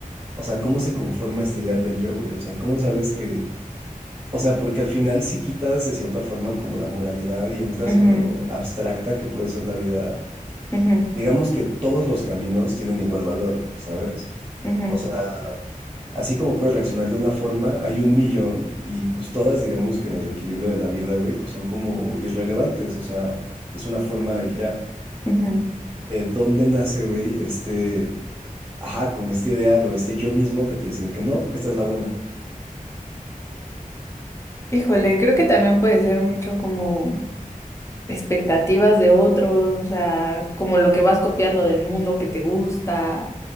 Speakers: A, on the right; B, on the left.
A: o sea, ¿cómo se conforma este ideal del yo, güey? O sea, ¿cómo sabes que O sea, porque al final sí quitas de cierta forma como la moralidad y entras
B: Ujú,
A: en lo abstracta que puede ser la vida.
B: ujú,
A: Digamos que todos los caminos tienen igual valor, ¿sabes?
B: ujú,
A: O sea, así como puedes reaccionar de una forma, hay un millón y pues todas, digamos que en el equilibrio de la vida, güey, pues son como irrelevantes, o sea, es una forma y ya.
B: ujú.
A: ¿De dónde nace, güey, este, ajá, como este ideal o este yo mismo que te dice de que no, esta es la buena?
B: Híjole, creo que también puede ser mucho como expectativas de otros, o sea, como lo que vas copiando del mundo que te gusta,